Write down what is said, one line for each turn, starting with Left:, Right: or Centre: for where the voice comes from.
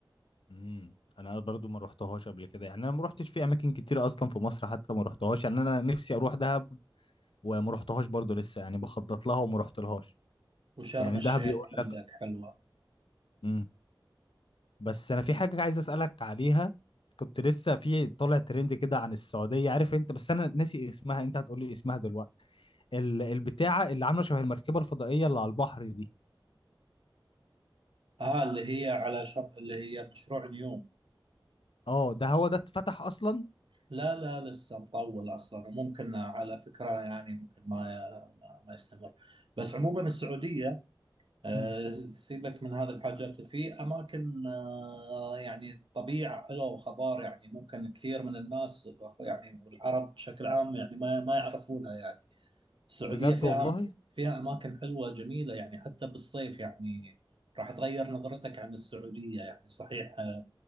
Left: امم انا برضو ما روحتهاش قبل كده يعني انا ما روحتش في اماكن كتير اصلا في مصر حتى ما روحتهاش يعني انا نفسي اروح دهب وما روحتهاش برضو لسه يعني بخطط لها وما روحتلهاش
Right: وشرم
Left: يعني
Right: الشيخ
Left: دهب يقول
Right: عندك
Left: لك
Right: حلوة
Left: امم بس انا في حاجه عايز اسالك عليها كنت لسه في طالع ترند كده عن السعوديه عارف انت بس انا ناسي اسمها انت هتقولي اسمها دلوقتي ال- البتاعه اللي عامله شبه المركبه الفضائيه اللي على البحر دي
Right: اه اللي هي على شر... اللي هي مشروع نيوم
Left: اه ده هو ده اتفتح اصلا
Right: لا لا لسه مطول اصلا وممكن على فكرة يعني ممكن ما ما ما يستمر بس عموما السعودية آه،
Left: امم
Right: سيبك من هذه الحاجات في اماكن آه، يعني طبيعة حلوة وخضار يعني ممكن كثير من الناس يعني والعرب بشكل عام يعني ما ما يعرفونها يعني السعودية
Left: بجد
Right: فيها
Left: والله
Right: فيها أماكن حلوة جميلة يعني حتى بالصيف يعني راح تغير نظرتك عن السعودية يعني صحيح آه،